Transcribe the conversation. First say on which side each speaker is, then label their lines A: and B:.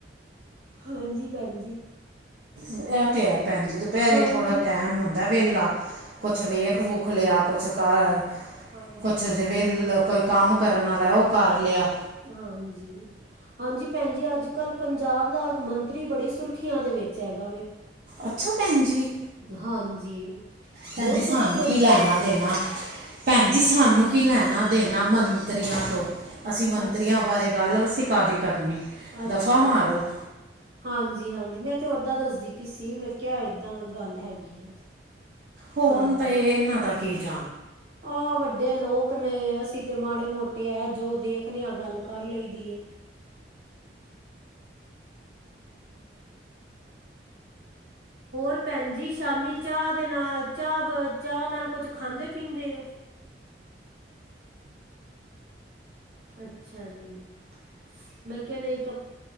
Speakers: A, on the right; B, on the right.
A: ਹਾਂਜੀ ਭੈਣ ਜੀ।
B: ਇਹ ਤੇ ਹੈ ਭੈਣ ਜੀ ਦੁਪਹਿਰੇ
A: ਹਾਂਜੀ
B: ਥੋੜਾ ਟਾਈਮ ਹੁੰਦਾ ਹੈ। <unintelligible> ਕੁਛ ਵੇਖ
A: ਹਾਂ
B: ਵੂਖ ਲਿਆ ਕੁਛ? ਘਰ।
A: ਹਾਂਜੀ
B: ਕੁਛ
A: ਭੈਣ ਜੀ
B: ਜਿਵੇਂ ਕੋਈ ਕੰਮ? ਕਰਨ ਵਾਲਾ ਉਹ ਕਰ ਲਿਆ?
A: ਹਾਂਜੀ ਹਾਂਜੀ ਭੈਣ ਜੀ ਅੱਜ ਕੱਲ ਪੰਜਾਬ ਦਾ ਮੰਤਰੀ ਬੜੀ ਸੁਰਖੀਆਂ ਦੇ ਵਿੱਚ ਹੈਗਾ ਵੇ?
B: ਅੱਛਾ ਭੈਣ ਜੀ
A: ਹਾਂਜੀ
B: ਭੈਣ
A: ਬਹੁਤ
B: ਜੀ
A: ਸੁਰਖੀਆਂ
B: ਸਾਨੂੰ ਕੀ
A: 'ਚ ਚੱਲਦਾ
B: ਲੈਣਾ ਦੇਣਾ
A: ਪਿਆ
B: ਭੈਣ ਜੀ ਸਾਨੂੰ? ਕੀ ਲੈਣਾ? ਦੇਣਾ ਮੰਤਰੀਆਂ ਤੋਂ ਅਸੀਂ ਮੰਤਰੀਆਂ
A: ਅੱਛਾ ਅੱਛਾ।
B: ਬਾਰੇ ਗੱਲ ਅਸੀਂ ਕਾਦੀ ਕਰਨੀ
A: ਅੱਛਾ
B: ਦਫ਼ਾ
A: ਜੀ।
B: ਮਾਰੋ?
A: ਹਾਂਜੀ ਹਾਂਜੀ ਮੈਂ ਤੇ ਓਦਾਂ ਦੱਸਦੀ ਪਈ ਸੀ ਮੈਂ ਕਿਹਾ ਹੈ ਏਦਾਂ ਗੱਲ ਹੈਗੀ ਆ।
B: ਹੋਣ
A: ਹਾਂਜੀ।
B: ਭਏ ਇੰਨਾ ਤੱਕ? ਕੀ ਜਾਣ?
A: ਆਹ ਵੱਡੇ ਲੋਕ ਨੇ ਅਸੀਂ ਤੇ ਮਾੜੇ ਮੋਟੇ ਆ ਜੋ ਦੇਖਨ ਆ ਗੱਲ ਕਰ ਲਈ ਦੀ ਹੈ? ਹੋਰ ਭੈਣ ਜੀ ਸ਼ਾਮੀ ਚਾਹ ਦੇ ਨਾਲ ਚਾਹ ਚਾਹ ਨਾਲ ਕੁਛ ਖਾਂਦੇ ਪੀਂਦੇ ਹੋ? ਅੱਛਾ ਜੀ ਮੈਂ ਕਿਹਾ ਨਹੀਂ ਤਾਂ